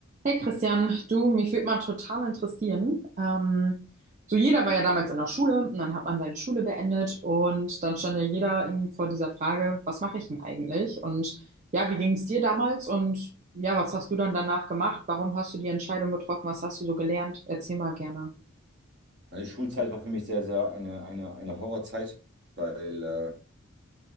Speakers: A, on the right (about 35°); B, on the right (about 50°).
A: Hey Christian, du, mich würde mal total interessieren. Ähm, so jeder war ja damals in der Schule und dann hat man seine Schule beendet und dann stand ja jeder irgendwie vor dieser Frage, was mache ich denn eigentlich? Und ja, wie ging es dir damals? Und ja, was hast du dann danach gemacht? Warum hast du die Entscheidung getroffen? Was hast du so gelernt? Erzähl mal gerne.
B: Meine Schulzeit war für mich sehr, sehr eine, eine, eine Horrorzeit, weil äh,